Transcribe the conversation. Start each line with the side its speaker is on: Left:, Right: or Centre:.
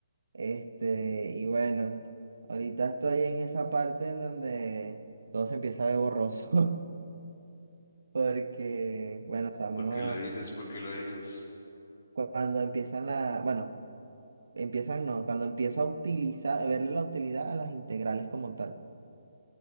Right: Este, y bueno, ahorita estoy en esa parte en donde todo se empieza a ver borroso, <laughs> porque, bueno, estamos,
Left: ¿Por qué lo dices? ¿Por qué lo dices?
Right: cuando empiezan la, bueno, empiezan no, cuando empieza a utilizar, verle la utilidad a las integrales como tal.